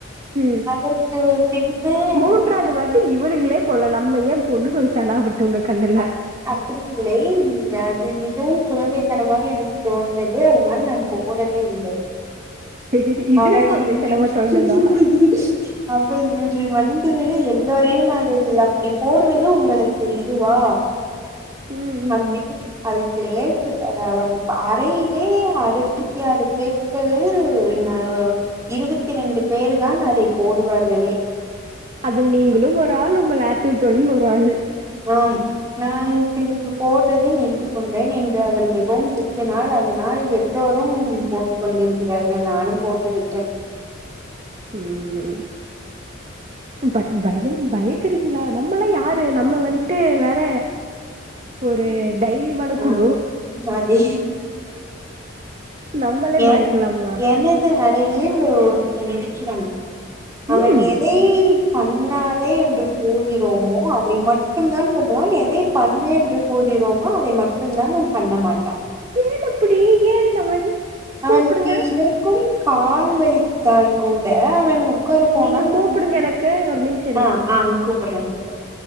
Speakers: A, on the right (about 35°); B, on the right (about 15°).
A: ம்
B: அதற்கு பின்பு எனக்கு
A: மூன்றாவது
B: ரொம்ப
A: வாட்டி இவளுகளே போல நம்ம ஏ போனுன்டொரு தனா வட்டு உங்க கண்ணுல
B: அப்டி இல்லை அது மிகவும் குழந்தைத்தனமாக எனக்கு தோணது அதனால நான் போடவே இல்லை
A: சரி, இதுவே
B: அவள் <unintelligible>
A: குழந்தைத்தனமா தோணுதா
B: அவள் இன்று வந்து எல்லாரையும் அதில் அப்படி போடுவது உங்களுக்கு இதுவா
A: ம்
B: அப்டினு
A: ம்
B: அத ச்லேசுக்கா <unintelligible> அறையிலே அறுவத்தி ஆறு பேட்கள் ந இருபத்தி ரெண்டு பேரு தான் அதை போடுவார்களே
A: அதில் நீங்களு ஒரு ஆள் உங்கள் ஆப்பிள் தோழியும் ஒரு ஆள்ளு
B: ஓ ம் நான் பின்பு போட்றதை நிறுத்திக் கொண்டேன் என்று அவள் மிகவும் திட்டுனாள் அதனால் என் எல்லோரும் போட்டுக் கொண்டிருக்கிறார்கள் நானும் போட்டு விட்டே
A: ம் ம் பயோ பயக்குறீங்ளா நம் நமல்லா யாரு நம்ம வந்துட்டு வேற ஒரு தைரியமான
B: ஆ
A: குழு
B: அதே
A: நம்மளே
B: எ
A: பயக்கலாமா
B: என்ன அந்த அறையில் ஒருத்தன் இருக்கிறான் அவன்
A: ம்
B: எதை பண்ணா தே என்று கூறிறோமோ அதை மட்டும் தா பண்ணுவா எதை பண்ணு என்று கூறிரோமா அதை மட்டுந்தான் நம் பண்ண மா
A: ஏன் அப்படி ஏன் நவன்
B: அவனுக்கு
A: கூப்புடுங்க
B: இதற்குள் கால் வலித்தால் கூட அவன் உட்கார போனால்
A: நீங்க
B: நம்
A: கூப்புடுங்க எனக்கு ஒரு நிமிஷ்
B: ஆ ஆ கூப்புட்றே கூப்புட்றே